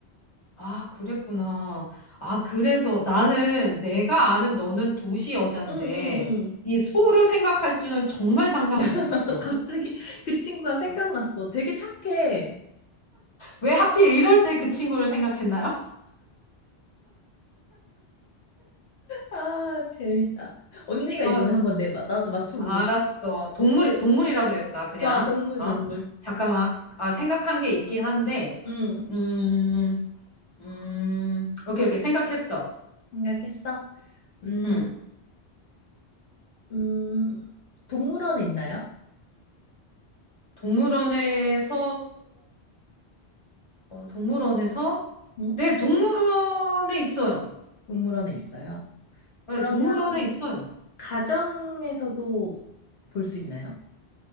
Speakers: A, on the left; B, on the left.
A: 아, 그랬구나. 아, 그래서 나는 내가 아는 너는 도시 여잔데
B: 응, 응,
A: 이 소를 생각할 줄은 정말 상상을 못했어.
B: 응. <laughs> 갑자기 그 친구가 생각났어. 되게 착해.
A: 왜 하필 이럴 때 그 친구를 생각했나요?
B: 아, 재밌다. 언니가
A: <laughs>
B: 이번에 한번 내봐. 나도 맞춰보고
A: 알았어.
B: 싶어.
A: 동물이, 동물이라 그랬다, 그냥.
B: 좋아, 동물,
A: 어?
B: 동물.
A: 잠깐만. 아, 생각한 게 있긴 한데,
B: 응,
A: 음, 음, 오케이, 오케이. 생각했어.
B: 생각했어. 음,
A: 음.
B: 음, 동물원에 있나요?
A: 동물원에서, 어, 동물원에서?
B: 응?
A: 네, 동물원에 있어요.
B: 동물원에 있어요.
A: 네,
B: 그러면
A: 동물원에 있어요.
B: 가정에서도 볼 수 있나요?